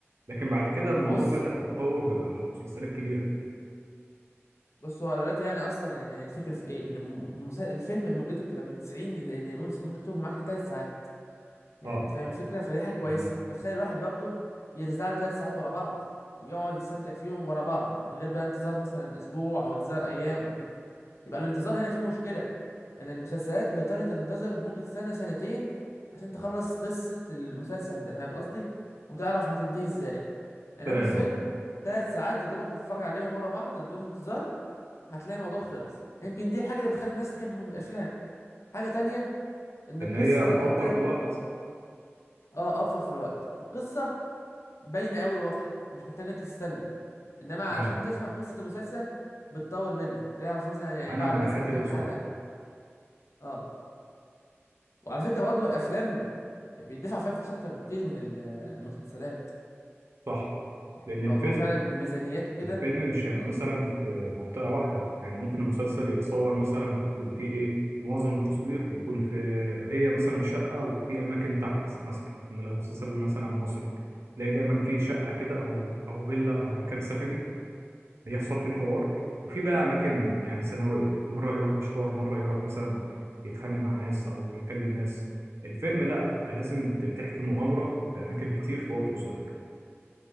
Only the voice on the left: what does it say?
بص
بص هو دلوقتي يعني اصلا يعني الفكره في ايه ان الم- المسل- الفيلم مدته بتبقى من 90 ل- ل- ممكن ممكن توصل معاك ثلاث ساعات يعني
أنت فاهم الفكره فدي حاجه كويسه
بتخلي الواحد برضه يرزع له ثلاث ساعات ورا بعض يقعد يستمتع فيهم ورا بعض من غير بقى انتظار مثلا اسبوع او انتظار ايام او كده يبقى الانتظار هنا فيه مشكله ان المسلسلات بتضطر انت تنتظر ممكن تستنى سنتين عشان تخلص قصه المسلسل ده فاهم قصدي وتعرف هتنتهي ازاي انما
الفيلم
ثلاث ساعات يا دوبك هتتفرج عليهم ورا بعض بدون انتظار هتلاقي الموضوع خلص يمكن دي الحاجه اللي بتخلي الناس تحب الافلام حاجه تانية ان
القصه
زي ما
قلت لك
برضو اه اوفر في الوقت والقصه باينه قوي واضحه مش محتاج انت تستنى انما
عشان تفهم قصه المسلسل بتطول منك بتعرف مثلا يعني
بعد
مثلا
كام
حلقه اه وعلى فكره برضو الافلام بيدفع فيها فلوس اكتر بكتير من ال- المسلسلات
يعني
الموضوع
فعلا ميزانيات وكده
الافلام